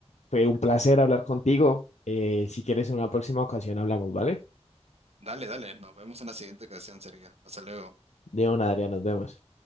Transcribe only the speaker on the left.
fue un placer hablar contigo. Eh, si quieres, en una próxima ocasión hablamos, ¿vale?
De una, Adrián, nos vemos.